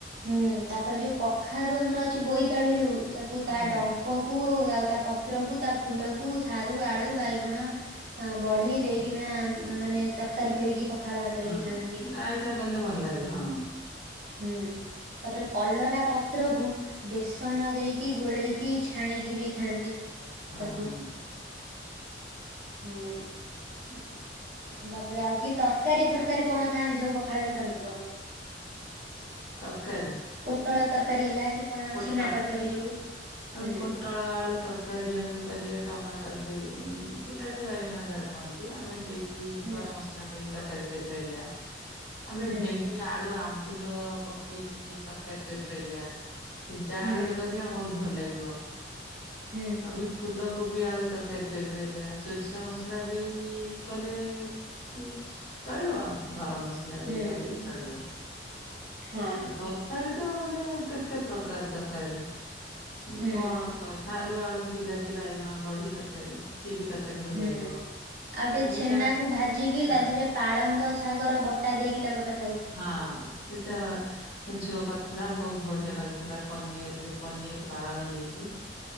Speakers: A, on the right (about 50°); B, on the left (about 50°).
A: ହୁଁ ତାପରେ ଯୋଉ କଖାରୁ ଆମର ଅଛି ବୋଇତାଳୁ ଯୋଉ ସେକୁ
B: ହଁ
A: ତା ଡଙ୍କ କୁ କୁ ଆଉ ତା ପତ୍ର କୁ ତା ଫୁଲ କୁ ସାରୁ ଆଳୁ ବାଇଗଣ ବଢି ଦେଇକିନା
B: ହଁ
A: ମାନେ ତରକାରୀ କରିକି ପଖାଳ ଭାତରେ
B: ହଁ
A: ବି ଖାଆନ୍ତି।
B: ହଁ ରାଇତା କଲେ ଭଲ ଲାଗେ ହଁ।
A: ହୁଁ ତାପରେ କଲରା ପତ୍ରକୁ ବେସନ ଦେଇକି ଗୋଳେଇକି ଛାଣିକି ବି ଖାଆନ୍ତି
B: ହଁ
A: ତାକୁ। ହୁଁ।
B: ହୁଁ।
A: ତାପରେ ଆଉ କି ତରକାରୀ ଫରକାରୀ କଣ ଖାଆନ୍ତି ସବୁ ପଖାଳରେ ତମେ କୁହ?
B: ତରକାରୀ?
A: ପୋଟଳ ତରକାରୀ ହେଲା କି କଣ
B: ପୋଟଳ
A: ଛେନା ତରକାରୀ ଯୋଉ ହୁଁ
B: ଆମେ ପୋଟଳ ଆଳୁ ତରକାରୀ ଆମେ କରିବା ଟମାଟର ଦେଇ ବିଲାତି ବାଇଗଣ ଯାହାକୁ କହନ୍ତି। ଆମେ ଦେଇ ଦେଇ
A: ହୁଁ
B: ଗରମ ମସଲା ଦେଇକି ତରକାରୀ କରିପାରିବା। ଆମେ
A: ହୁଁ
B: ଭେଣ୍ଡି ଭେଣ୍ଡି ଆଳୁ ଆମ୍ବୁଲ ପକେଇକି ବି ତରକାରୀ କରିପାରିବା। ସିଜା
A: ହୁଁ
B: ଆଳୁ ରେ କରିବା ବହୁତ ଭଲ ଲାଗିବ।
A: ହୁଁ।
B: ଆମେ ଫୁଲ କୋବି ଆଳୁ ତରକାରୀ କରିପାରିବା। ସୋରିଷ ମସଲା ଦେଇ କଲେ ଚଳିବ। ଗରମ ମସଲା ମସଲା
A: ହୁଁ
B: ଦେଇ କଲେ ବି ଚଳିବ।
A: ହଁ
B: ଆଉ ତରକାରୀ ତ ମାନେ କେତେ କେତେ ପ୍ରକାର ତରକାରୀ ମାନେ
A: ହୁଁ।
B: କଣ କ ସାରୁ, ଆଳୁ, ବିଲାତି ବାଇଗଣ, ବଢ଼ି ତରକାରୀ। ସିଏବି ତରକାରୀ ଭଲ
A: ହୁଁ।
B: ଲାଗିବ।
A: ଆଉ ଟିକେ
B: ଆମେ
A: ଛେନାକୁ
B: ଯା
A: ଭାଜିକି
B: ହଁ
A: ତା ଦେହରେ ପାଳଙ୍ଗ ଶାଗର ବଟା ଦେଇକି ତାକୁ ତର
B: ହଁ। ସେଟା ମୋ ଝିଅ କରିଥିଲା ଭଉତୁ ବଢିଆ ଲାଗୁଥିଲା ପନିଆରିରେ ପନିଅରି ପାଳଙ୍ଗ ଦେଇକି।